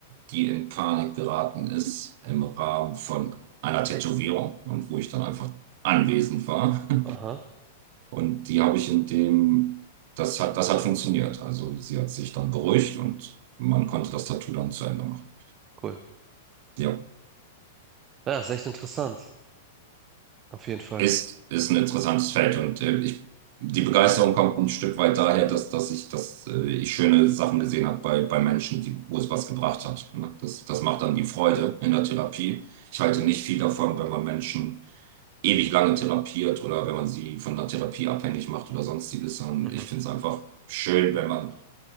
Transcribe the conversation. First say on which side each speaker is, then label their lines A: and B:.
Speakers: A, on the right; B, on the right.
A: die in Panik geraten ist im Rahmen von einer Tätowierung und wo ich dann einfach anwesend war. <laughs>
B: Aha,
A: Und die habe ich in dem, das hat, das hat funktioniert. Also sie hat sich dann beruhigt und man konnte das Tattoo dann zu Ende machen.
B: cool.
A: Ja.
B: Ja, ist echt interessant. Auf jeden Fall.
A: ist, ist ein interessantes Feld und äh, ich, die Begeisterung kommt ein Stück weit daher, dass, dass ich, dass, äh, ich schöne Sachen gesehen habe bei, bei Menschen, die, wo es was gebracht hat. Ne? Das, das macht dann die Freude in der Therapie. Ich halte nicht viel davon, wenn man Menschen ewig lange therapiert oder wenn man sie von der Therapie abhängig macht oder sonstiges, sondern
B: Mhm,
A: ich finde es einfach schön, wenn man,